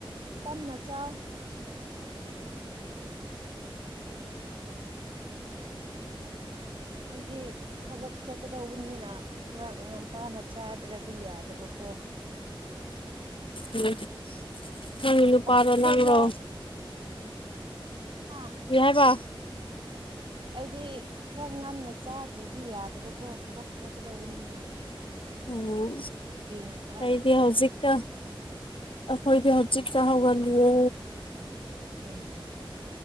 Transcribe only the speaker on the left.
ꯎꯝ ꯍꯃꯤꯅꯨ
ꯄꯥꯔꯣ ꯂꯪꯒꯣ
ꯌꯥꯍꯥꯏꯕ
ꯑꯣ
ꯑꯩꯗꯤ
ꯍꯧꯖꯤꯛꯇ ꯑꯩꯈꯣꯏꯗꯤ ꯍꯧꯖꯤꯛ ꯆ ꯍꯧꯒꯜꯂꯨ